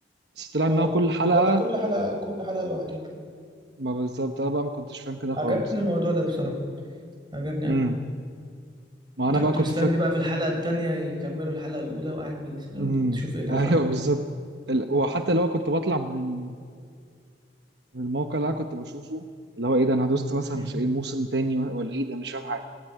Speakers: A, on the right (about 70°); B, on the right (about 25°).
A: بس طلع انها
B: اه
A: كل حلقة
B: لا ده كل حلقة كل حلقة لوحدها
A: ما بالظبط انا بقى ما كنتش فاهم كده خالص
B: عجبني الموضوع ده بصراحة عجبني
A: امم
B: أوي
A: ما
B: أنت
A: انا
B: كنت
A: بقى كنت
B: مستني
A: فاكر
B: بقى في الحلقة التانية يكملوا الحلقة الأولى وقاعد م-
A: امم
B: بتشوف إيه ده
A: ايوه
B: صح؟
A: بالظبط ال... وحتى لو كنت بطلع من ال- من الموقع اللي انا كنت بشوفه اللي هو ايه ده انا دوست مثلا
B: <laughs> مم.
A: في ايه موسم تاني ولا ايه ده مش فاهم حاجة